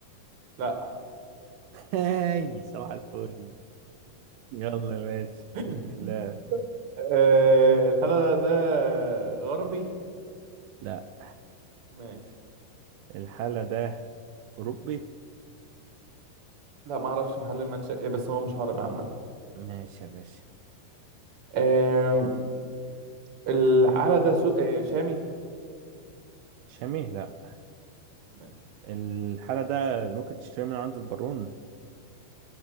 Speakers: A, on the right; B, on the right.
A: لا
B: هاي صباح الفل يلا يا باشا
A: <laughs>
B: بسم الله
A: آه، الحلا ده غربي
B: لا
A: ماشي
B: الحالة ده أوروبي
A: لا ما اعرفش محل المنشأ ايه بس هو مش عربي عامه
B: ماشي يا باشا
A: آه، الحلا ده سو... آه، شامي
B: شامي لا
A: ماشي
B: الحالة ده اللي ممكن تشتري من عند البارون